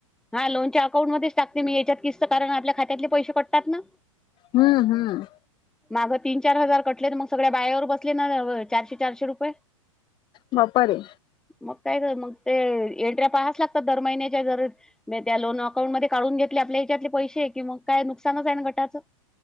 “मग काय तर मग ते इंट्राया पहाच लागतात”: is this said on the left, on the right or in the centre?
Centre